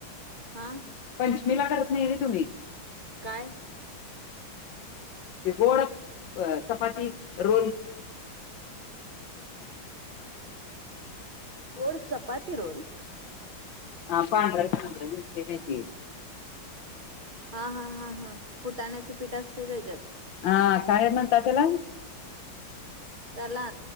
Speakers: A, on the right (about 25°); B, on the left (about 65°).
A: हा
B: पंचमीला करत नाही होय तुम्ही
A: काय
B: गोड अ चपाती रोल
A: गोड चपाती रोल
B: हा पांढरा पांढर नसतय काय ते
A: हा हा हा हा फुटाण्याचं पीठ असते त्याच्यात
B: हा काय मनतात त्याला
A: त्याला